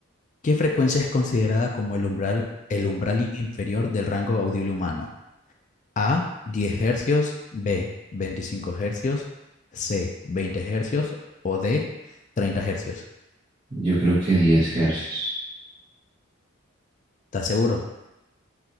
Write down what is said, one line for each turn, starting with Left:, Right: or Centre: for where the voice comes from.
Left: ¿Qué frecuencia es considerada como el umbral, el umbral inferior del rango audible humano? A, 10 hercios, B, 25 hercios, C, 20 hercios o D, 30 hercios.
Right: Yo creo que 10 hercios.
Left: ¿Estás seguro?